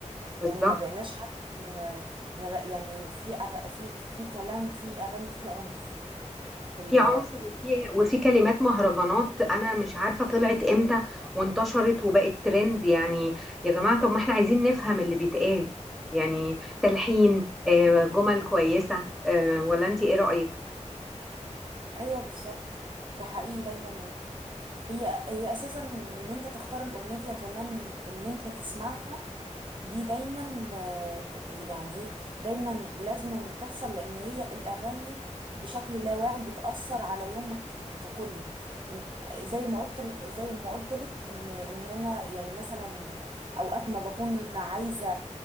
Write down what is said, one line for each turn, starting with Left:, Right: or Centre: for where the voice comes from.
Centre: بالظبط
Right: يعني ما بقيناش حتى ن- نر- يعني في أغ... في في كلام في اغاني في عنف في ال
Centre: في عنف وفي وفي كلمات مهرجانات انا مش عارفه طلعت امتى وانتشرت وبقت ترند يعني يا جماعه طب ما احنا عايزين نفهم اللي بيتقال يعني تلحين آه، جمل كويسه آه، ولا انت ايه رايك
Right: ايوه بالظبط ده حقيقي دايما هي هي اساسا ان انت تختار الاغنية كمان اللي انت تسمعها دي دايما آه، ت- يعني ايه دايما لازما تحصل لان هي الاغاني بشكل لا واعي بتأثر على يومك ككل إن- زي ما قلت زي ما قلت لك ان ان انا يعني مثلا اوقات ما بكون عايزة